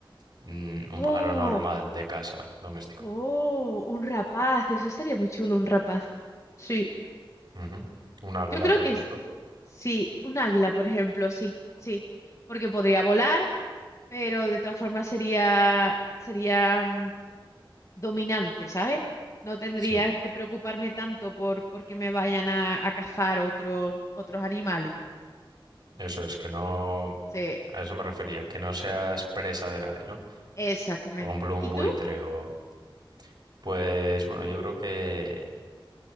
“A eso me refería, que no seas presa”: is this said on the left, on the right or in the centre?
Right